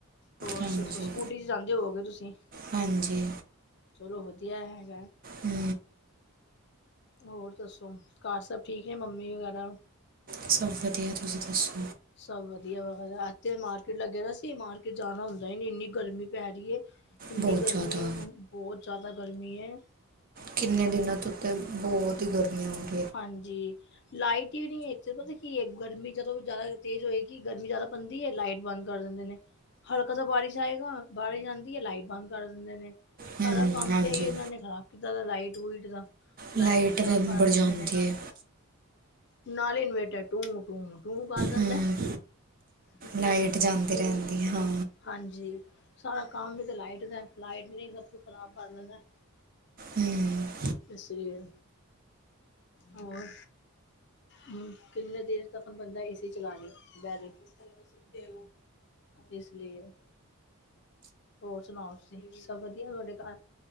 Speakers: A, on the left; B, on the right.
A: ਹੋਰ
B: ਹਾਂਜੀ
A: ਸ ਸਕੂਟੀ ਚ ਜਾਂਦੇ ਹੋਵਗੇ ਤੁਸੀਂ
B: ਹਾਂਜੀ
A: ਚਲੋ ਵਧੀਆ ਹੈਗਾ।
B: ਹੂੰ,
A: ਹੋਰ ਦੱਸੋ ਘਰ ਸਭ ਠੀਕ ਨੇ ਮੰਮੀ ਵਗੈਰਾ।
B: ਸਭ ਵਧੀਆ ਤੁਸੀ ਦੱਸੋ-
A: ਸਭ ਵਧੀਆ ਵ ਇਥੇ ਮਾਰਕੀਟ ਲੱਗੇ ਦਾ ਸੀ ਮਾਰਕੀਟ ਜਾਣਾ ਹੁੰਦਾ ਹੀ ਨਹੀ ਇਨੀ ਗਰਮੀ ਪੈ ਰਹੀ ਹੈ। ਇਨੀ
B: ਬਹੁਤ
A: ਗਰਮੀ
B: ਜ਼ਿਆਦਾ
A: ਬਹੁਤ ਜਿਆਦਾ ਗਰਮੀ ਹੈ।
B: ਕਿਨੇ ਦਿਨਾਂ ਤੋ ਉੱਤੇ ਬਹੁਤ ਹੀ ਗਰਮੀਆਂ ਵਾ
A: ਹਾਂਜੀ ਲਾਈਟ ਹੀ ਨਹੀਂ ਇੱਥੇ ਪਤਾ- ਕਿ ਗਰਮੀ ਜਦੋਂ ਜ਼ਿਆਦਾ ਤੇਜ਼ ਹੋਏਗੀ ਗਰਮੀ ਜ਼ਿਆਦਾ ਬੰਦੀ ਹੈ ਲਾਈਟ ਬੰਦ ਕਰ ਦਿੰਦੇ ਨੇ। ਹਲਕਾ ਤਾਂ ਬਾਰਿਸ਼ ਆਏਗਾ ਬਾਰਿਸ਼ ਆਦੀ ਹੈ। ਲਾਈਟ ਬੰਦ ਕਰ ਦਿੰਦੇ ਨੇ-
B: ਹੂੰ
A: ਸਾਰਾ ਕੰਮ
B: ਹਾਂਜੀ
A: ਤੇ ਆਈ ਇਹਨਾਂ ਨੇ ਖ਼ਰਾਬ ਕੀਤਾ ਲਾਈਟ ਲਿਓਟ ਦਾ
B: ਲਾਈਟ
A: ਵੀ ਖ਼ਰਾਬ
B: ਵੀਮੜ
A: ਕਰ ਦਿੰਦੇ
B: ਜਾਂਦੀ
A: ਨੇ ਨਾਲੇ
B: ਹੈ।
A: ਨਾਲੇ ਇਨਵੇਟਰ ਟੂ ਟੂ। ਮੂੰਹ ਬੰਨ ਲੈਦੇ
B: ਹੂੰ
A: ਆ ਫਿਰ ਕੀ
B: ਲਾਈਟ
A: ਕੀਤਾ
B: ਜਾਂਦੀ
A: ਜਾਏ
B: ਰਹਿੰਦੀ ਹੈ ਹਾਂ
A: ਹਾਂਜੀ ਸਾਰਾ ਕੰਮ ਤੇ ਲਾਈਟ ਦਾ ਲਾਈਟ ਨਹੀਂ ਸਭ ਕੁਛ ਖ਼ਰਾਬ ਕਰ ਦਿੰਦਾ
B: ਹੂ,,,
A: ਇਸ ਲੀਏ ਹੋਰ। ਹੂ ਕਿੰਨੇ ਦੇਰ ਤੱਕ ਬੰਦਾ ਏਸੀ ਚਲਾ ਲੇ ਬਹਿ ਜਾਏ। ਇਸ ਲਈਏ। ਹੋਰ ਸੁਣਾਓ ਤੁਸੀਂ ਸਭ ਵਧੀਆ ਤੁਹਾਡੇ ਘਰ।